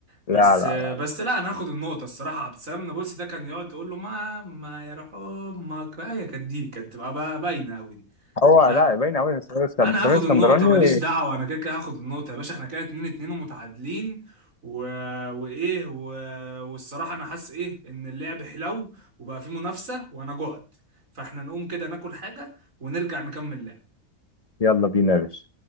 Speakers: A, on the left; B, on the right.
A: لا
B: بس
A: لا
B: آه،
A: لا.
B: بس لا انا هاخد النقطة الصراحة عبد السلام النابلسي ده كان يقعد يقول له ماما يا روح امك بقى هي كانت دي كانت تبقى بقى باينة قوي دي
A: هو
B: ف-
A: لا باين قوي سمير الإسكند-
B: انا
A: سمير
B: هاخد
A: الاسكندراني
B: النقطة ماليش دعوة انا كده كده هاخد النقطة يا باشا احنا كده اتنين اتنين ومتعادلين و... وايه و... والصراحة انا حاسس ايه ان اللعب حلو وبقى فيه منافسة وانا جعت فاحنا نقوم كده ناكل حاجة ونرجع نكمل لعب
A: يلا بينا يا باشا